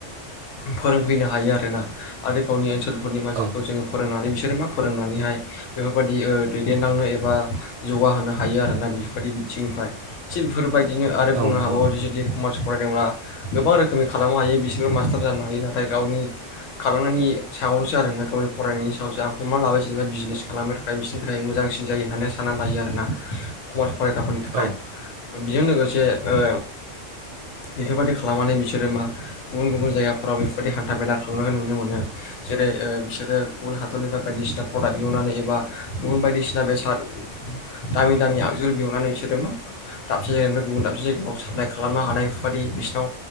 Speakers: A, on the left (about 90°); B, on the right (about 75°).
A: फोरोंफैनो हायो आरोना आरो गावनि ओनसोलफोरनि मा
B: औ
A: बे जोङो फोरोंनानै बिसोरो मा फोरोंनानैहाय बेफोरबायदि ओ दैदेनलांनो एबा जौगाहोनो हायो आरोना बेफोरबायदि बिथिंनिफ्राय थिग बेफोरबायदिनो आरो
B: औ
A: बुंनो
B: नंगौ
A: हाबावो
B: नोंथां
A: जुदि कमार्स फरायदोंब्ला गोबां रोखोमनि खालामनो हायो बिसोरबो मास्टार जानो हायो नाथाय गावनि खालामनायनि सागायावावनोसै आरो ना गाव फरायनायनि सायाव जा हमना लाबाय जेनेबा बिजनेस खालामनो थाखाय बिसोरनि थाखाय मोजांसिन जायो होननानै सानना लायो आरोना। कमार्स फरायग्राफोरनि थाखाय
B: औ
A: बेजों लोगोसे ओ बेफोरबायदि खालामनानै बिसोरो मा गुबुन - गुबुन जायगाफोराव बेफोरबायदि हान्था - मेला खालामनायखौ नुनो मोनो। जेरै ओ बिसोरो गुबुन हादरनिफ्राय बायदिसिना प्रडाक्ट एवनानै एबा गुबुन बायदिसिना बेसाद दामि दामि आगजु बिहरनानै बिसोरो मा दाबसे जायगानिफ्राय गुबुन दाबसे जायगायाव साप्लाइ खालामनो हानाय बेफोर बादि बिसिनाव